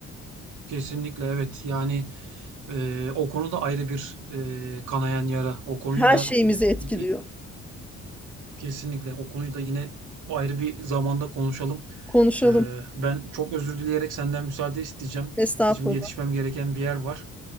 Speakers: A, on the right (about 80°); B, in the centre.
A: kesinlikle evet. Yani e, o konuda ayrı bir e, kanayan yara. O konuyu
B: Her
A: da
B: şeyimizi etkiliyor.
A: e, kesinlikle o konuyu da yine ayrı bir zamanda konuşalım.
B: Konuşalım.
A: E, ben çok özür dileyerek senden müsaade isteyeceğim.
B: Estağfurullah.
A: Şimdi yetişmem gereken bir yer var.